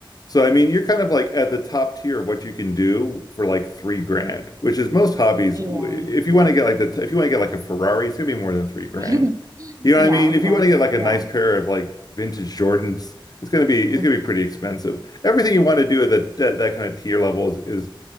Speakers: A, on the left; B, on the right.
A: So I mean, you're kind of like at the top tier of what you can do for like three grand, which is most hobbies.
B: Yeah.
A: If you want to get like the if you want to get like a Ferrari, it's gonna be more than three grand.
B: <laughs>
A: You know
B: Yeah,
A: what I mean?
B: of
A: If
B: course.
A: you want to get like a
B: Yeah.
A: nice pair of like vintage Jordans, it's gonna be it's
B: Mm.
A: gonna be pretty expensive. Everything you want to do at that that, that kind of tier level is, is